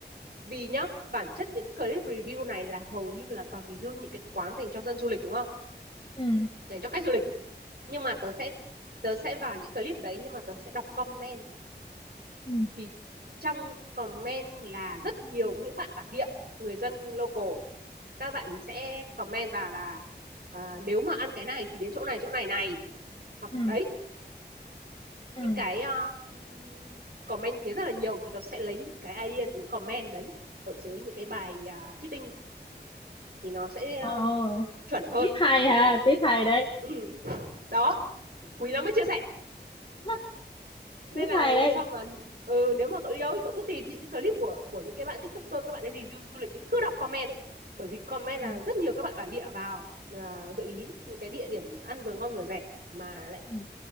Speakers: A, on the right; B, on the left.
A: vì nhá bản chất những cái clip review này là hầu như là toàn review những cái quán dành cho dân du lịch đúng không
B: ừ
A: dành cho khách du lịch nhưng mà tớ sẽ tớ sẽ vào những clip đấy nhưng mà tớ sẽ đọc comment
B: ừ
A: thì trong comment là rất nhiều những bạn bản địa người dân local các bạn ấy sẽ comment vào là à, nếu mà ăn cái này thì đến chỗ này chỗ này này hoặc
B: ừ
A: đấy
B: ừ
A: những cái um, comment thì rất là nhiều thì tớ sẽ lấy những cái idea từ những comment đấy ở dưới những cái bài à, seeding thì nó sẽ
B: ồ
A: uh, chuẩn hơn
B: tiếp hay
A: thì
B: ha
A: là
B: tiếp hay đấy
A: ừ, đó quý lắm mới chia sẻ
B: <laughs>
A: nên
B: tiếp
A: là
B: hay
A: lần
B: đấy
A: sau mà ừ, nếu mà cậu đi đâu ấy cậu cứ tìm những cái clip của của những cái bạn tiktoker các bạn ấy review du lịch ấy, cứ đọc comment ấy bởi vì comment
B: ừ
A: là rất nhiều các bạn bản địa vào à, gợi ý những cái địa điểm ăn vừa ngon vừa rẻ mà lại
B: ừ